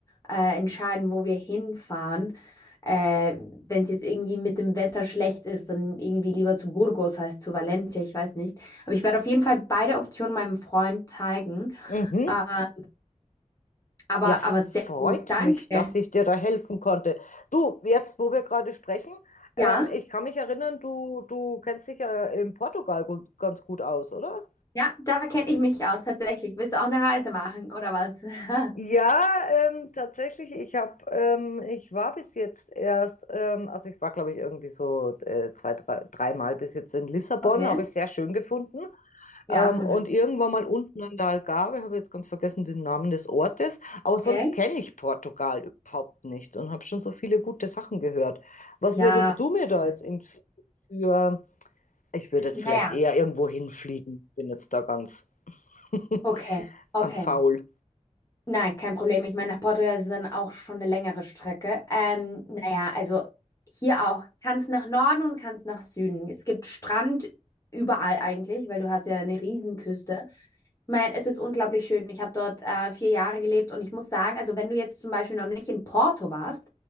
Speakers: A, on the left (about 25°); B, on the left (about 85°).
A: äh, entscheiden, wo wir hinfahren. Äh, wenn es jetzt irgendwie mit dem Wetter schlecht ist, dann irgendwie lieber zu Burgos als zu Valencia, ich weiß nicht. Aber ich werde auf jeden Fall beide Optionen meinem Freund zeigen.
B: Mhm.
A: Ähm, Aber,
B: Ja, freut
A: aber sehr gut, danke.
B: mich, dass ich dir da helfen konnte. Du, jetzt, wo wir gerade sprechen,
A: Ja,
B: ähm, ich kann mich erinnern, du, du kennst dich ja in Portugal gu- ganz gut aus, oder?
A: ja, da kenne ich mich aus, tatsächlich. Willst du auch eine Reise machen, oder was? <laughs>
B: Ja, ähm, tatsächlich, ich hab, ähm, ich war bis jetzt erst, ähm, also ich war, glaube ich, irgendwie so äh, zwei, drei, dreimal bis jetzt in Lissabon,
A: Okay.
B: habe ich sehr schön gefunden.
A: Ja,
B: Ähm,
A: wunderschön.
B: und irgendwann mal unten in der Algarve, habe ich jetzt ganz vergessen den Namen des Ortes, aber
A: Okay.
B: sonst kenne ich Portugal überhaupt nicht und habe schon so viele gute Sachen gehört. Was
A: Ja,
B: würdest du
A: wie
B: mir da
A: gesagt.
B: jetzt empfehlen für, ich würde jetzt
A: naja,
B: vielleicht eher irgendwo hinfliegen, bin jetzt da ganz, <laughs>
A: okay, okay.
B: ganz faul.
A: Nein, kein Problem. Ich meine, nach Portugal ist es dann auch schon eine längere Strecke. Ähm, naja, also hier auch. Kannst nach Norden und kannst nach Süden. Es gibt Strand überall eigentlich, weil du hast ja eine Riesenküste. Ich meine, es ist unglaublich schön. Ich habe dort äh, vier Jahre gelebt und ich muss sagen, also wenn du jetzt zum Beispiel noch nicht in Porto warst,